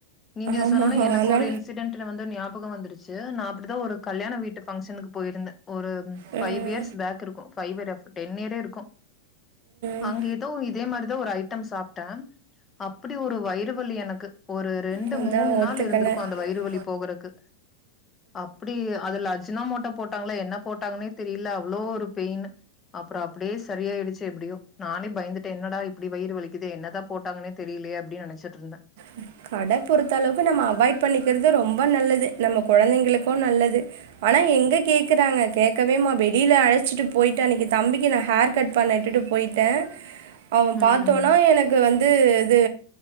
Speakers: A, on the left; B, on the right.
A: நீங்க இது
B: ஆமா
A: சொன்னனெ எனக்கு
B: அதனால
A: ஒரு இன்சிடெட் வந்து ஞாபகம் வந்துருச்சு நா அப்டிதா ஒரு கல்யாண வீட்டு பங்க்ஷனுக்கு போயிருந்தே ஒரு
B: போது
A: ஃபைவ் இயர்ஸ் பேக் இருக்கு பைவ் டென் இயரே இருக்கு
B: ம்
A: அங்க எதோ இதே மாரிதா ஒரு ஐட்டம் சாப்ட்டே அப்டி ஒரு வயிறு வலி எனக்கு ஒரு ரெண்டு
B: ஒரு
A: மூணு
B: ரெண்டு
A: நாள் இருந்திருக்கு அந்த வயிறு வலி போகுறதுக்கு அப்டி அதுல அஜ்னோ மோட்டோ போட்டாங்களா என்ன போட்டாங்கன்னே தெரியல அவ்ளோ ஒரு பெயினு அப்பற அப்டியே சரியாயிடுச்சு எப்டியோ நானே பயந்துட்டு என்னடா இப்டி வயிறு வலிக்தே என்னதா போட்டாங்கன்னெ தெரியலையே அப்டினு நெனச்சிட்டு இருந்தே
B: இருந்தே கட பொறுத்த அளவுக்கு நம்ம அவாய்ட் பண்ணிக்கிறது ரொம்ப நல்லது நம்ம கொழந்தைங்களுக்கு நல்லது ஆனா எங்க கேக்றாங்க கேக்கவே மா வெளியில அழைச்சிட்டு போயிட்டே அன்னக்கி தம்பிக்கு நான் ஹேர் கட் பண்ண இட்டுட்டு போய்ட்டே அவ
A: ம்
B: பாத்தோன எனக்கு வந்து இது